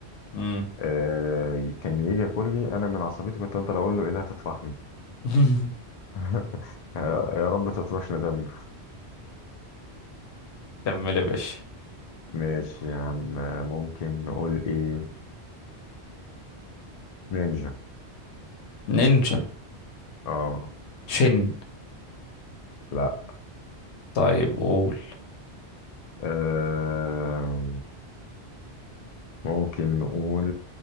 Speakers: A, on the left; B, on the left.
A: امم
B: آه كان يجي ياكلني أنا من عصبيتي كنت أفضل أقول له إيه لا تطفحني
A: <laughs>
B: <laughs> آه، يا رب تطفشني دم
A: كمل يا باشا
B: ماشي يا عم ممكن نقول ايه نينجا
A: نينجا
B: اه
A: شن
B: لا
A: طيب قول
B: آه ممكن نقول